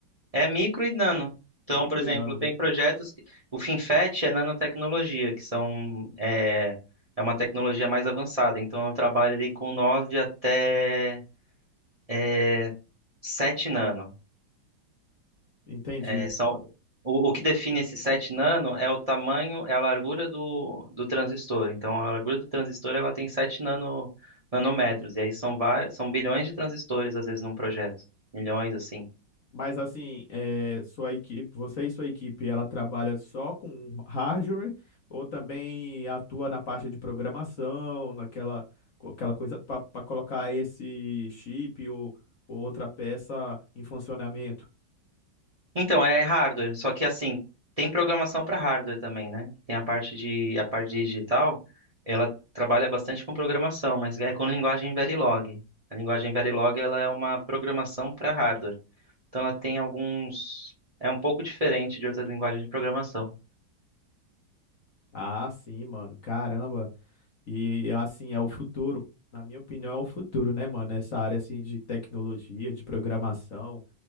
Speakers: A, on the right (about 25°); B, on the left (about 50°).
A: É micro e nano. Então,
B: Micro
A: por exemplo,
B: e nano,
A: tem
B: né?
A: projetos que... O FinFET é nanotecnologia, que são... É, é uma tecnologia mais avançada. Então, eu trabalho ali com 9 até é, 7 nano.
B: Entendi.
A: É, são... O, o que define esse 7 nano é o tamanho, é a largura do, do transistor. Então, a largura do transistor, ela tem 7 nano, nanômetros. E aí são, vários, são bilhões de transistores, às vezes, num projeto. Milhões, assim.
B: Mas assim, é, sua equipe, você e sua equipe, ela trabalha só com hardware ou também atua na parte de programação, naquela, co- aquela coisa para colocar esse chip ou, ou outra peça em funcionamento?
A: Então, é hardware, só que assim, tem programação para hardware também, né? Tem a parte de a parte digital, ela trabalha bastante com programação, mas é com linguagem Verilog. A linguagem Verilog, ela é uma programação para hardware. Então ela tem alguns é um pouco diferente de outras linguagens de programação.
B: Ah, sim, mano. Caramba. E assim, é o futuro, na minha opinião, é o futuro, né, mano? Essa área assim de tecnologia, de programação,